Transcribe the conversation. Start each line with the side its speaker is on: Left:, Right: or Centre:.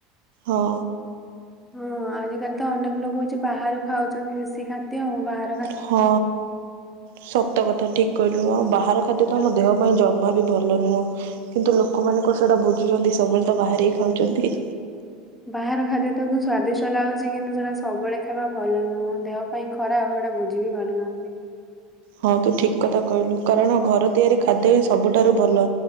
Right: ହଁ।
Centre: ହଁ, ଆଜିକାଲି ତ ଅନେକ ଲୋକ ହଉଛି, ବାହାରୁ ଖାଉଛନ୍ତି ବେଶୀ ଖାଦ୍ୟ ଆଉ ବାହା
Right: ହଁ, ସତ କଥା, ଠିକ। କହିଲୁ, ଆଉ ବାହାର ଖାଦ୍ୟ ତ ଆମ ଦେହ ପାଇଁ ଜମା ବି ଭଲ ନୁହଁ, କିନ୍ତୁ ଲୋକମାନେ କଣ ସେଟା ବୁଝୁଛନ୍ତି? ସବୁବେଳେ ତ ବାହାରେ ହି ଖାଉଛନ୍ତି।
Centre: ବାହାର ଖାଦ୍ୟ ତକ ସ୍ଵାଦିଷ୍ଟ ଲାଗୁଛି, କିନ୍ତୁ ସେଟା ସବୁବେଳେ ଖାଇବା ଭଲ ନୁହଁ, ଦେହ ପାଇଁ ଖରାପ। ସେଟା ବୁଝି ବି ପାରୁନାହାନ୍ତି।
Right: ହଁ, ତୁ ଠିକ କଥା କହିଲୁ। କାରଣ ଘର ତିଆରି ଖାଦ୍ୟ ହିଁ ସବୁଠାରୁ ଭଲ,